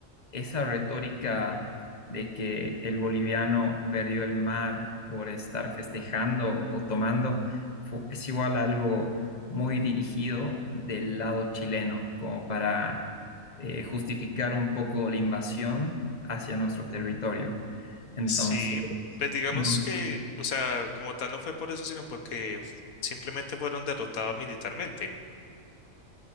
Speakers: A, on the left; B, on the left.
A: esa retórica de que el boliviano perdió el mar por estar festejando o tomando fu- es igual algo muy dirigido del lado chileno, como para eh, justificar un poco la invasión hacia nuestro territorio. Entonces,
B: sí. Pues digamos
A: no
B: que, o sea, como tal no fue por eso, sino porque f- simplemente fueron derrotados militarmente,